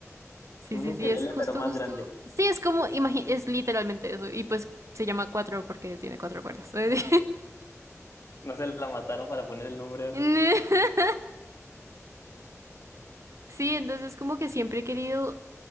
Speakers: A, on the right; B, on the left.
A: sí,
B: Un
A: sí,
B: ukelele,
A: sí, es justo,
B: pero más
A: justo.
B: grande.
A: Sí, es como, imagi- es literalmente eso. Y pues se llama cuatro porque tiene cuatro cuerdas. <laughs>
B: No se la mataron para poner el nombre.
A: <laughs> Sí, entonces como que siempre he querido,